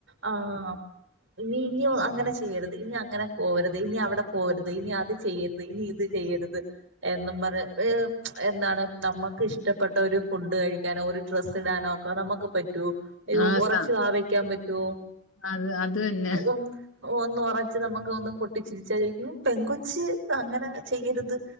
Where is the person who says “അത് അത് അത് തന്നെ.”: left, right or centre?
Left